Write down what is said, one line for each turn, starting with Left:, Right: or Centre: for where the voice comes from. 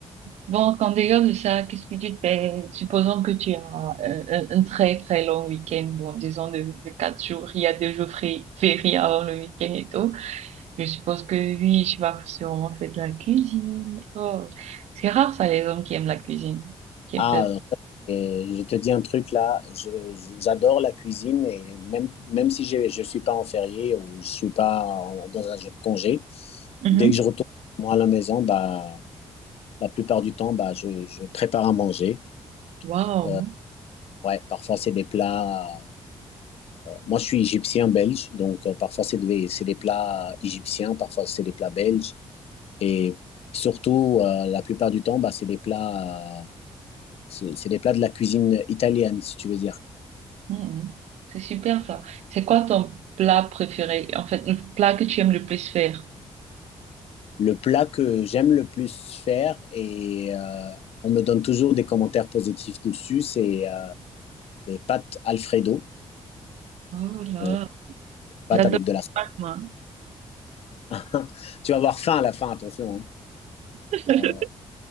Right: Bon, en dehors de ça, qu'est-ce que tu fais? Supposons que tu as euh, un, un très très long week-end, bon, disons de, de quatre jours, il y a deux jours fré- fériés avant le week-end et tout. Je suppose que oui, tu vas sûrement faire de la cuisine. Oh. C'est rare ça, les hommes qui aiment la cuisine, qui
Left: Ah,
Right: aiment faire.
Left: euh, et je te dis un truc là, je- je- j'adore la cuisine et même, même si je ne suis pas en férié ou je suis pas en- dans un jour de congé,
Right: Mhm.
Left: dès que je retourne moi à la maison, bah, la plupart du temps, bah, je, je prépare à manger.
Right: Waouh.
Left: Euh, ouais, parfois c'est des plats. Moi, je suis égyptien-belge, donc euh, parfois c'est des, c'est des plats égyptiens, parfois c'est des plats belges. Et surtout, euh, la plupart du temps, bah, c'est des plats, euh, c'est c'est des plats de la cuisine italienne, si tu veux dire.
Right: Mhm. C'est super ça. C'est quoi ton plat préféré? En fait, le plat que tu aimes le plus faire?
Left: Le plat que j'aime le plus faire, et euh, on me donne toujours des commentaires positifs dessus, c'est euh, des pâtes Alfredo,
Right: Oh là,
Left: donc pâtes
Right: j'adore
Left: avec de la...
Right: les pâtes, moi.
Left: <laughs> Tu vas avoir faim à la fin, attention, hein.
Right: <laughs>
Left: Euh,